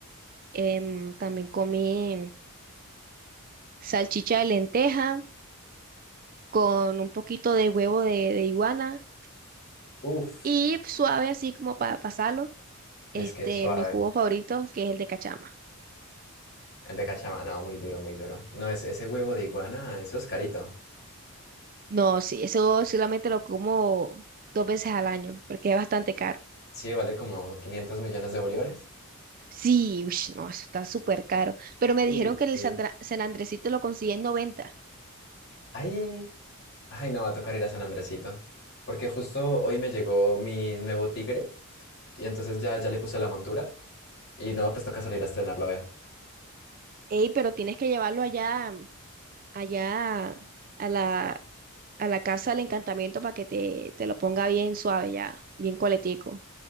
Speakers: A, on the right; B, on the left.
A: em, también comí salchicha de lenteja con un poquito de huevo de, de iguana
B: Uf,
A: y suave así como para pasarlo,
B: es
A: este,
B: que suave.
A: mi jugo favorito, que es el de cachama.
B: El de cachama, no, muy duro, muy duro. No, es, ese huevo de iguana, eso es carito.
A: No, sí, eso solamente lo como dos veces al año, porque es bastante caro.
B: Sí, vale como 500 millones de bolívares.
A: Sí, ush, no, eso está súper caro. Pero me
B: Uy,
A: dijeron que en
B: sí.
A: el Sandra- San Andresito lo consigue en 90.
B: Ay, ay, no, va a tocar ir a San Andresito. Porque justo hoy me llegó mi nuevo tigre y entonces ya, ya le puse la montura y no, pues toca salir a estrenarlo a ver.
A: Ey, pero tienes que llevarlo allá, allá a la, a la casa del encantamiento para que te, te lo ponga bien suave ya, bien coletico.